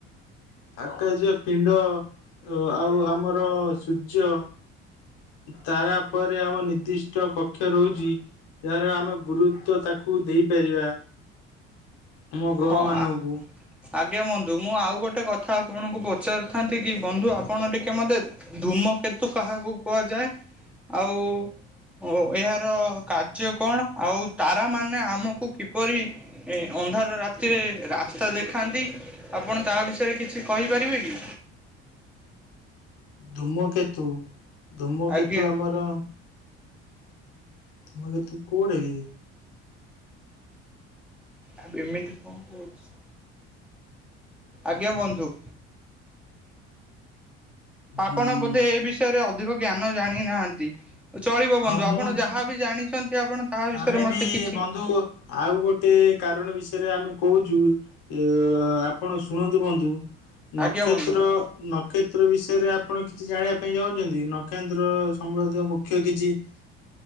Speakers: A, on the left; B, in the centre.
A: ଆକାଶୀର୍ଯ୍ୟ ପିଣ୍ଡ ଆଉ ଆମର ସୂର୍ଯ୍ୟ ତାରାପରେ ଆମ ନିର୍ଦ୍ଦିଷ୍ଟ କକ୍ଷ ରହୁଛି। ଯାହାର ଆମେ ଗୁରୁତ୍ୱ ତାକୁ ଦେଇପାରିବା। ଆମ ଗ୍ରହମାନଙ୍କୁ
B: ହଁ ଆ ଆଜ୍ଞା ବନ୍ଧୁ ମୁଁ ଆଉ ଗୋଟେ କଥା ଆପଣଙ୍କୁ ପଚାରିଥାନ୍ତି କି ବନ୍ଧୁ ଆପଣ ଟିକେ ମୋତେ ଧୂମକେତୁ କାହାକୁ କୁହାଯାଏ ଆଉ ଓ ଏହାର କାର୍ଯ୍ୟ କଣ ଆଉ ତାରା ମାନେ ଆମକୁ କିପରି ଏ ଅନ୍ଧାର ରାତିରେ ରାସ୍ତା ଦେଖାନ୍ତି ଆପଣ ତାହା ବିଷୟରେ କିଛି କହିପାରିବେ କି?
A: ଧୂମକେତୁ ଧୂମକେତୁ
B: ଆଜ୍ଞା
A: ଆମର ଧୂମକେତୁ କୋଉଟା କି?
B: ଆବେ ଏମିତି କଣ କହୁଚି? ଆଜ୍ଞା ବନ୍ଧୁ। ଆପଣ
A: ଉଁ
B: ବୋଧେ ଏ ବିଷୟରେ ଅଧିକ ଜ୍ଞାନ ଜାଣି ନାହାନ୍ତି ଚଳିବ ବନ୍ଧୁ
A: ମୁଁ
B: ଆପଣ ଯାହା ଜାଣିଛନ୍ତି ଆପଣ ତାହା ବିଷୟରେ
A: ଆମେ
B: ମତେ
A: ବି
B: କିଛି
A: ବନ୍ଧୁ ଆଉ ଗୋଟେ କାରଣ ବିଷୟରେ ଆମେ କହୁଛୁ। ଅ ଆପଣ ଶୁଣନ୍ତୁ ବନ୍ଧୁ ନକ୍ଷତ୍ର
B: ଆଜ୍ଞା ବନ୍ଧୁ
A: ନକ୍ଷତ୍ର ବିଷୟରେ ଆପଣ କିଛି ଜାଣିବା ପାଇଁ ଚାହୁଁଛନ୍ତି ନକ୍ଷତ୍ର ସଂବନ୍ଧୀୟ ମୁଖ୍ୟ କିଛି। <inaudible>